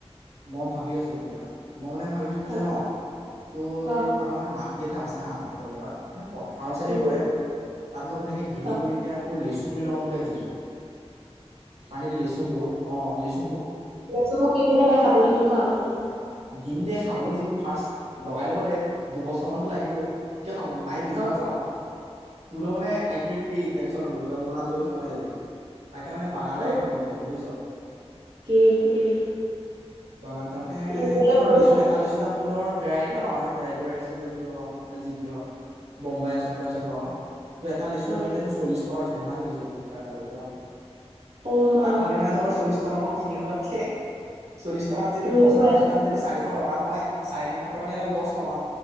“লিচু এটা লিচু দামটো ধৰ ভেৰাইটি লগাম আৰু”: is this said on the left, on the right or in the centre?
Right